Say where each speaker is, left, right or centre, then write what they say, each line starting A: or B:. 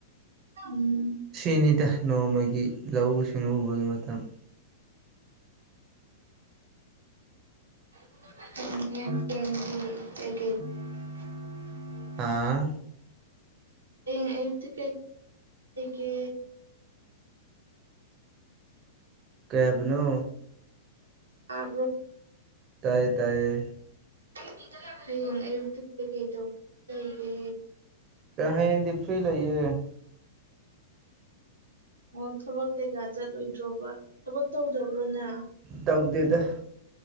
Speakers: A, on the right; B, on the right.
A: ꯎꯝ
B: ꯁꯤꯅꯤꯗ ꯅꯣꯡꯃꯒꯤ ꯂꯧꯎ ꯁꯤꯡꯎꯕꯒꯤ ꯃꯇꯝ
A: <unintelligible>
B: ꯑꯥ
A: ꯍꯌꯦꯡ ꯑꯌꯨꯛꯇꯤ ꯀꯩ ꯀꯩꯒꯦ
B: ꯀꯩ ꯍꯥꯏꯕꯅꯣ
A: ꯇꯥꯕ꯭ꯔꯣ
B: ꯇꯥꯏꯌꯦ ꯇꯥꯏꯌꯦ
A: <unintelligible> ꯍꯌꯦꯡ ꯑꯌꯨꯛꯇꯤ ꯀꯩꯀꯩ ꯇꯧꯗꯧ ꯂꯩꯒꯦ
B: ꯀꯩꯅꯣ ꯍꯌꯦꯡꯗꯤ ꯐꯔꯤ ꯂꯩꯌꯦ
A: ꯑꯣ ꯊꯕꯛ ꯀꯩꯀꯥ ꯆꯠꯂꯣꯏꯗ꯭ꯔꯣꯕ ꯊꯕꯛ ꯇꯧꯗꯕ꯭ꯔꯣꯅ
B: ꯇꯧꯗꯦꯗ